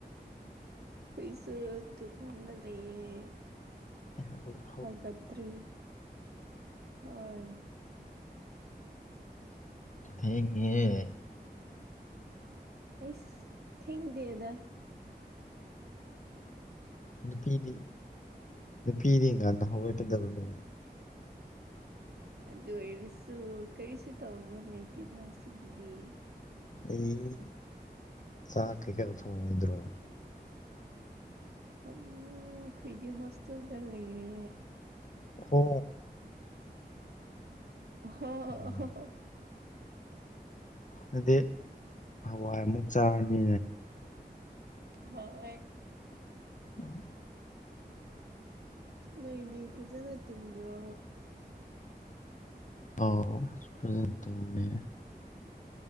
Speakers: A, on the right; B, on the left.
A: ꯄꯩꯁ ꯑꯗꯨ ꯐꯟꯗ ꯂꯩꯌꯦ
B: ꯑ ꯍ
A: ꯍꯧꯒꯇ꯭ꯔꯤ ꯍꯣꯏ
B: ꯊꯦꯡꯉꯤꯍꯦ
A: ꯑꯩꯁ ꯊꯦꯡ ꯗꯦꯗ
B: ꯅꯨꯄꯤꯗꯤ ꯅꯨꯄꯤꯗꯤ ꯉꯥꯟꯅ ꯍꯧꯒꯠꯀꯗꯕꯅꯦ
A: ꯑꯗꯨ ꯑꯣꯏꯔꯁꯨ ꯀꯔꯤꯁꯨ ꯇꯧꯕ ꯂꯩꯇꯦꯗ ꯁꯤꯒꯤꯗꯤ
B: ꯑꯩ ꯆꯥꯛ ꯀꯩ ꯀꯥ ꯊꯣꯡꯉꯣꯏꯗ꯭ꯔꯣ
A: ꯍꯣꯏꯝ ꯈꯣꯏꯗꯤ ꯍꯣꯁꯇꯦꯜꯗ ꯂꯩꯔꯦ
B: ꯍꯣ
A: ꯍ ꯍꯣ ꯑꯣ
B: ꯑꯗꯨꯗꯤ
A: ꯍꯣ ꯍꯣ
B: ꯍꯗꯤ ꯍꯋꯥꯏꯃꯨꯛ ꯆꯥꯔꯅꯤ
A: ꯍꯣꯏ
B: ꯎꯝ
A: ꯅꯣꯏꯗꯤ ꯐꯖꯅ ꯇꯨꯝꯕ꯭ꯔꯣ
B: ꯑꯧ ꯐꯖꯅ ꯇꯨꯝꯃꯦ